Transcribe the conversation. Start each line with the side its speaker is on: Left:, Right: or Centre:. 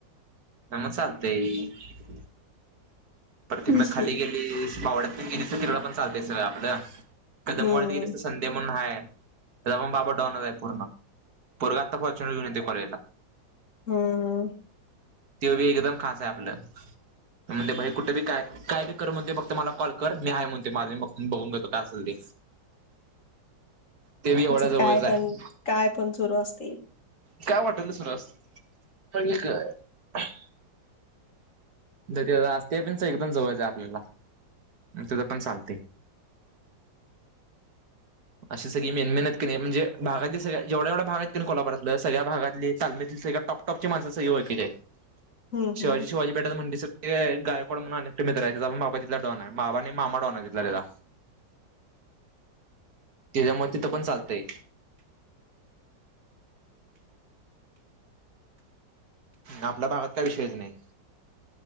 Right: म म चालतय ह प्रतड
Left: विषय
Right: खाली गेली मावळ्यात गिरीचं तिकड पण चालत सगय आपलं.. कदम
Left: हम्म
Right: वाती गेली त संधी म्हणून हय त्या पण बाबा डॉनर आहे पूर्ण.. पोरगा आता फोरचुनर घेऊन येतो कॉलेजला..
Left: हम्म म्म
Right: ते बी एकदम खास आहे आपलं म्हणजे बाहेर कुठे बी काय काय बी कर म्हणते फक्त मला कॉल कर मी आहे म्हणते माझ बघून घेतो काय असेल ते. ते बी एवढ्या
Left: तेच
Right: जवळच
Left: काय
Right: आहे
Left: पण काय पण सुरू असते.
Right: काय वाटल त सुरु असतंय. <unintelligible> <unintelligible> एकदम जवळयचं आपल्याला म्हणून त्यज पण चालतय अशी सगळी मेन मेहनत कनि म्हणजे भागातील सगळी जेवढ्या जेवढ्या भाग आहेत कनि कोल्हापुरातलं सगळ्या भागात तालमीतली सगळ्यात टॉप टॉपची माणसं सगळी ओळखीची आहेत.
Left: हम्म
Right: शिवाजी
Left: हम्म
Right: शिवाजी पेठत म्हणते सग गायकवाड म्हण आले. मित्र आहे बाबा तिथ डॉन आहे बाबा आणि मामा डॉन आहे तितला त्याचा त्याच्यामुळे तिथं पण चालतंय. आपल्या भागात काही विषयच नाही